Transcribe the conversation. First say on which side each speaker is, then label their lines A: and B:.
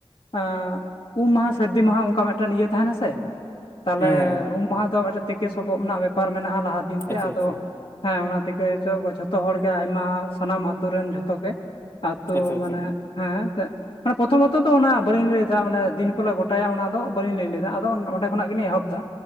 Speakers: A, on the left (about 60°); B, on the left (about 25°).
A: ᱮᱸᱜ, ᱩᱢ ᱢᱟᱦᱟ, ᱥᱟᱹᱨᱫᱤ ᱢᱟᱦᱟ ᱚᱝᱠᱟ ᱢᱤᱫᱴᱮᱱ ᱤᱭᱟᱹ ᱛᱟᱦᱮᱱᱟ ᱥᱮ ᱛᱟᱦᱞᱮ
B: ᱦᱮᱸ
A: ᱩᱢ ᱢᱟᱦᱟ ᱫᱚ ᱢᱤᱫᱴᱮᱱ ᱛᱤᱠᱤ ᱥᱚᱵᱚᱜ ᱨᱮᱱᱟᱜ ᱵᱮᱯᱟᱨ ᱢᱮᱱᱟᱜ-ᱟ ᱞᱟᱦᱟ ᱫᱤᱱᱛᱮ
B: ᱟᱪᱪᱷᱟ
A: ᱟᱫᱚ
B: ᱟᱪᱪᱷᱟ
A: ᱦᱮᱸ ᱚᱱᱟ ᱛᱮᱠᱮᱪᱚ ᱠᱚ ᱡᱷᱚᱛᱚ ᱦᱚᱲ ᱜᱮ ᱟᱭᱢᱟ ᱥᱟᱱᱟᱢ ᱟᱛᱳ ᱨᱮᱱ ᱡᱷᱚᱛᱚ ᱜᱮ᱾ ᱟᱛᱳ
B: ᱟᱪᱪᱷᱟ ᱟᱪᱪᱷᱟ
A: ᱢᱟᱱᱮ ᱦᱮᱸ ᱮᱱᱛᱮᱫ᱾ ᱢᱟᱱᱮ ᱯᱨᱚᱛᱷᱚᱢᱚᱛᱚ ᱫᱚ ᱚᱱᱟ ᱵᱟᱹᱞᱤᱧ ᱞᱟᱹᱭ ᱫᱟ ᱢᱟᱱᱮ ᱫᱤᱱ ᱠᱚᱞᱮ ᱜᱚᱴᱟᱭᱟ ᱚᱱᱟ ᱫᱚ ᱵᱟᱹᱞᱤᱧ ᱞᱟᱹᱭ ᱞᱮᱫᱟ ᱟᱫᱚ ᱚᱸᱰᱮ ᱠᱷᱚᱱᱟᱜ ᱜᱮᱞᱤᱧ ᱮᱦᱚᱵ ᱫᱟ᱾